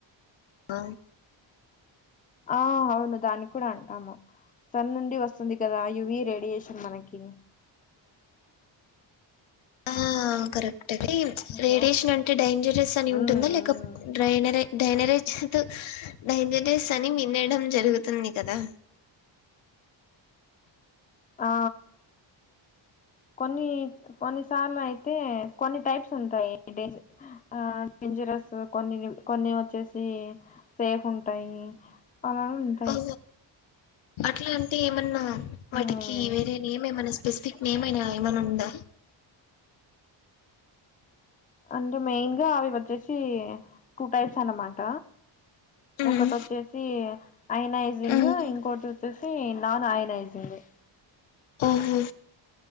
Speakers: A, on the left (about 80°); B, on the left (about 20°).
A: అ
B: ఆ అవును దాని కూడా అం అమ సన్ నుండి వస్తుంది కదా యువి రేడియేషన్ మనకి
A: ఆ కరట్ తాత్తిమ్
B: హలో
A: రేడియేషన్ అంటే డైంజరస్ అని ఉంటుందా
B: ఉమ్
A: లేక
B: ఉమ్
A: డ్రైనర్ ఏ ధైనరిజుతు దైనాజీస్ అని వినడం జరుగుతుంది కదా
B: ఆ కొన్ని కొన్నిసార్లు అయితే కొన్ని టైప్స్ ఉంటాయి డేస్ ఆ డేంజరస్ కొన్ని కొన్ని వచ్చేసి సేఫ్ ఉంటాయి పలాలు ఉంటాయి
A: ఓ అట్లా అంటే ఏమన్నా వాటికి
B: మ్మ్
A: వేరే నేమ్ ఏమైన సేపు స్పెసిఫిక్ నేమ్ అయినా ఏమైనా ఉందా
B: అంటే మెయిన్ గా ఆవి వచ్చేసి ఇది టు టైప్స్ అన్నమాట
A: మ్మ్.
B: ఒకటి వచ్చేసి ఐనాజింగ్
A: మ్మ్.
B: ఇంకోటి వచ్చేసి హే నా ఆయనయేసిందే
A: ఆహా